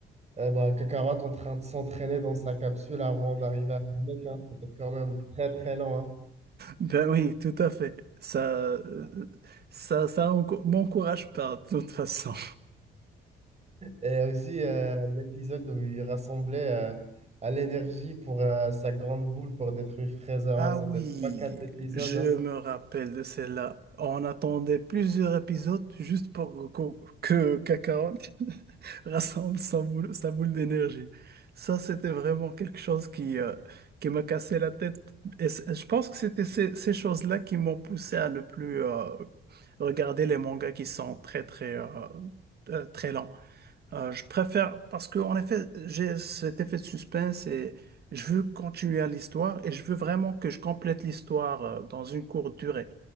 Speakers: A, on the right (about 35°); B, on the right (about 55°).
A: euh, bah, Kakarot en train de s'entraîner dans sa capsule avant d'arriver à Namek. hein. C'était quand même très, très lent.
B: Ben oui, tout à fait. Ça, euh, ça, ça enco- m'encourage pas, de toute façon.
A: Et aussi euh, l'épisode où il rassemblait euh, à l'énergie pour euh, sa grande boule pour détruire Freezer.
B: Ah
A: hein. C'était
B: oui,
A: 3-4 épisodes.
B: je
A: hein.
B: me rappelle de celle-là. On attendait plusieurs épisodes juste pour que, que Kakarot <laughs> rassemble son boule- sa boule d'énergie. Ça, c'était vraiment quelque chose qui, euh, qui m'a cassé la tête. Et c- je pense que c'était ces, ces choses-là qui m'ont poussé à ne plus euh, regarder les mangas qui sont très, très, euh, euh, très lents. Euh, je préfère, parce que en effet, j'ai cet effet de suspense et je veux continuer à l'histoire et je veux vraiment que je complète l'histoire euh, dans une courte durée.